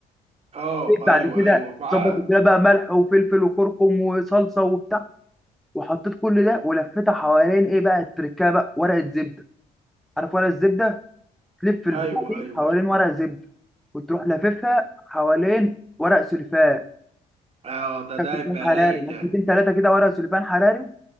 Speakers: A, on the right; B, in the centre.
A: اه ايوه
B: بعد كده
A: ايوه معاه
B: ظبط التتبيله بقى ملح وفلفل وكركم وصلصه وبتاع وحطيت كل ده ولفيتها حوالين ايه بقى التركه بقى ورقه زبده عارف ورقه الزبده تلف البتاع
A: ايوه
B: دي
A: ايوه
B: حوالين
A: أيوة.
B: ورقه زبده وتروح لاففها حوالين ورق سلفان
A: اه ده
B: كان
A: ده
B: سليمان
A: يبقى
B: حراري
A: رايق
B: لفتين
A: ده
B: ثلاثه كده ورق سليمان حراري